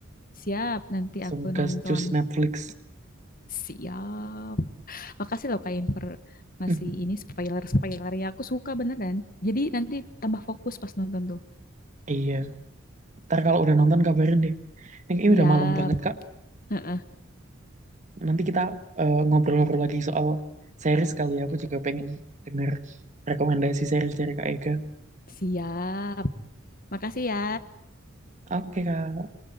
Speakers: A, on the left; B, on the right.
A: Siap, nanti
B: langsung
A: aku
B: gas
A: nonton.
B: cus Netflix
A: Siap. Makasih loh Kak Inver masih
B: <laughs>
A: ini spoiler-spoiler ya aku suka beneran. Jadi nanti tambah fokus pas nonton tuh.
B: iya ntar kalau udah nonton kabarin deh ini kayaknya
A: Siap.
B: udah malam banget kak
A: Heeh,
B: Nanti kita eh, ngobrol-ngobrol lagi soal series kali ya. Aku juga pengen dengar rekomendasi series dari Kak Ega.
A: siap. Makasih ya.
B: Oke, Kak.